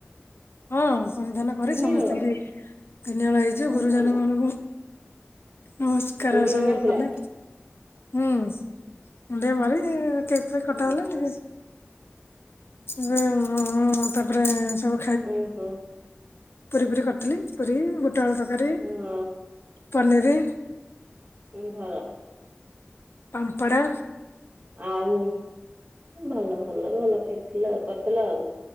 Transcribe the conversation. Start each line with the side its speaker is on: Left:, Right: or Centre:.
Left: ହଁ ପରିଧାନ କରି
Right: ତିନି
Left: ସମସ୍ତିଙ୍କି
Right: ହଳ
Left: ତିନି ହଳ ହେଇଛି।
Right: ଅ
Left: ଗୁରୁଜନ
Right: ଭଲ
Left: ମାନଙ୍କୁ ନମସ୍କାର
Right: ମୁଣ୍ଡିଆ
Left: ସବୁ
Right: ମାରିଥିଲା
Left: କଲେ। ହୁଁ, ମୁଣ୍ଡିଆ ମାରି କେକ୍ ଫେକ୍ କଟା
Right: ଓହୋ
Left: ହେଲା। ଟିକେ ଯେ ମୋ ଅଁ, ତାପରେ ସବୁ
Right: ଓହୋ!
Left: ପୁରି ପୁରି କରିଥିଲି, ପୁରି ବୁଟଆଳୁ ତରକାରୀ,
Right: ହଁ
Left: ପନିରି।
Right: ହୁଁ, ଭଲ।
Left: ପାମ୍ପଡ଼।
Right: ଆଉ ଭଲ, ଭଲ, ଭଲ ଖାଇଥିଲ କରିଥିଲ ଆଉ।